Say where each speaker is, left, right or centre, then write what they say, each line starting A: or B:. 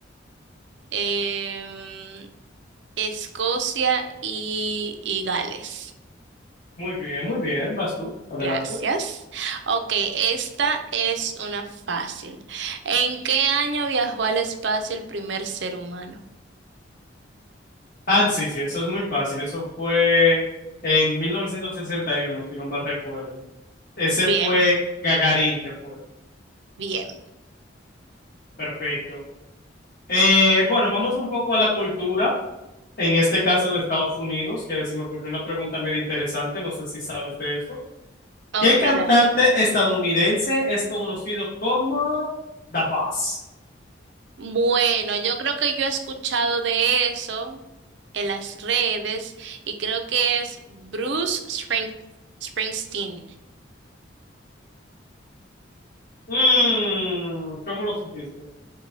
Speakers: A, on the right; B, on the left.
A: em, Escocia y, y Gales.
B: Muy bien, muy bien. Vas tú. Adelante.
A: Gracias. Ok, esta es una fácil. ¿En qué año viajó al espacio el primer ser humano?
B: Ah, sí, sí, eso es muy fácil. Eso fue en 1961, si no mal recuerdo. Ese
A: Bien,
B: fue Gagarín que fue.
A: bien.
B: Perfecto. Eh, bueno, vamos un poco a la cultura, en este caso de Estados Unidos, que se me ocurrió una pregunta medio interesante, no sé si sabes de eso.
A: Ok,
B: ¿Qué cantante
A: dale.
B: estadounidense es conocido como The Boss?
A: Bueno, yo creo que yo he escuchado de eso en las redes y creo que es Bruce Spring- Springsteen.
B: Mm, ¿cómo lo supiste?